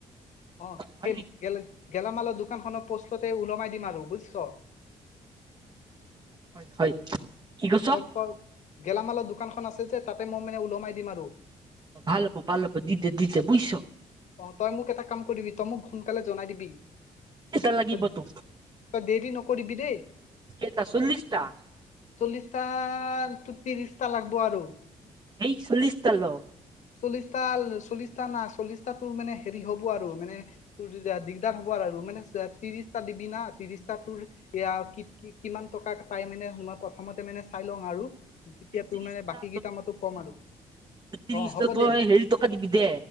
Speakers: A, on the left; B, on the right.
A: অ
B: হয়
A: সেই
B: নেকি
A: গে গেলামালৰ দোকান খনৰ পোষ্টতে ওলমাই দিম আৰু বুইছ
B: হয় হয় কি কৈছ
A: তত গেলামালৰ দোকানখন আছে যে তাতে মই মানে ওলমাই দিম আৰু
B: ভাল হব ভাল হব দি দে দে বুইছ
A: অ তই মোক এটা কাম কৰিবি তই মোক সোনকালে জনাই দিবি
B: কেইটা লাগিব
A: তই
B: তোক
A: তই দেৰি নকৰিবি দেই
B: কেইটা চল্লিছটা
A: চল্লিছটা টো ত্ৰিছটা লাগব আৰু
B: এই চল্লিছশ টা ল
A: চল্লিশটাল চল্লিশটা নাই চল্লিশটা তোৰ মানে হেৰি হব আৰু মানে তোৰ দিগদাৰ হ'ব আৰু মানে ত্ৰিশটা দিবি না ত্ৰিশটা তোৰ য়া কিমান টকা পাই মানে মই প্ৰথমতে মানে চাই লওঁ আৰু তেতিয়া
B: ত্ৰিশটা
A: তোৰ মানে বাকী কেইটা মই তোক কম আৰু
B: ত্ৰিশ
A: অ হ'ব
B: টা তই
A: দে
B: হেৰি টকা দিবি দে